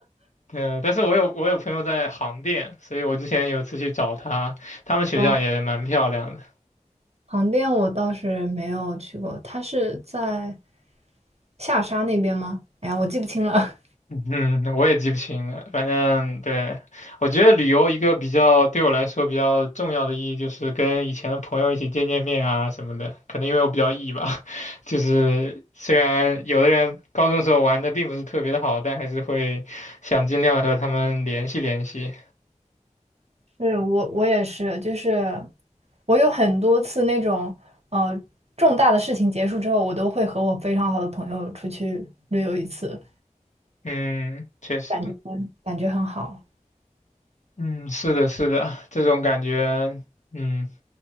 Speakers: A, on the left; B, on the right.
A: 对，但是我有我有朋友在杭电，所以我之前有次去找他，他们学校也蛮漂亮的。
B: 啊？<laughs> 航店我倒是没有去过，它是在下沙那边吗？哎呀，我记不清了。
A: <laughs> 嗯，我也记不清了，反正对，我觉得旅游一个比较对我来说比较重要的意义就是跟以前的朋友一起见见面啊什么的。可能因为我比较 E 吧，<laughs> 就是虽然有的人高中时候玩的并不是特别的好，但还是会想尽量地和他们联系联系。
B: <laughs> 是我我也是，就是我有很多次那种呃重大的事情结束之后，我都会和我非常好的朋友出去旅游一次，
A: 嗯，确实。
B: 感觉感觉很好。
A: 嗯，是的，是的，这种感觉，嗯，